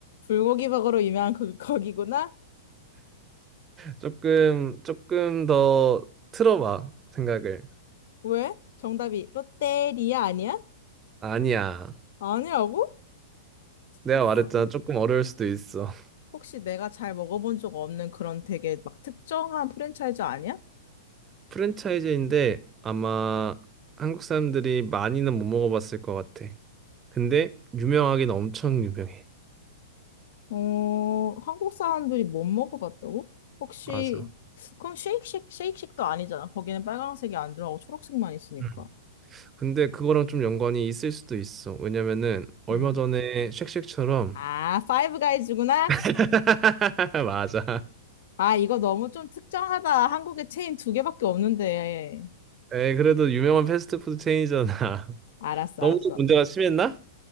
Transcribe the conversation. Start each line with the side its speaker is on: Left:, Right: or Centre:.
Left: 불고기 버거로 유명한 그 거기구나.
Right: 조금 조금 더 틀어봐 생각을.
Left: 왜? 정답이 롯데리아 아니야?
Right: 아니야.
Left: 아니라고?
Right: 내가
Left: 이거
Right: 말했잖아 조금 어려울 수도 있어.
Left: 혹시 내가 잘 먹어본 적 없는 그런 되게 막 특정한 프랜차이즈 아니야?
Right: 프랜차이즈인데 아마 한국 사람들이 많이는 못 먹어봤을 것 같아. 근데 유명하긴 엄청 유명해.
Left: 어, 한국 사람들이 못 먹어봤다고? 혹시
Right: 맞아.
Left: 그럼 쉐이크쉑 쉐이크쉑도 아니잖아. 거기는 빨강색이 안 들어가고 초록색만 있으니까.
Right: 음. 근데 그거랑 좀 연관이 있을 수도 있어. 왜냐면은 얼마
Left: 음.
Right: 전에 쉑쉑처럼
Left: 아, 파이브 가이즈구나.
Right: <laughs> 맞아.
Left: 아, 이거 너무 좀 특정하다. 한국에 체인 두 개밖에 없는데.
Right: 에 그래도 유명한 패스트푸드 체인이잖아. <laughs>
Left: 알았어,
Right: 너무
Left: 알았어.
Right: 좀 문제가 심했나?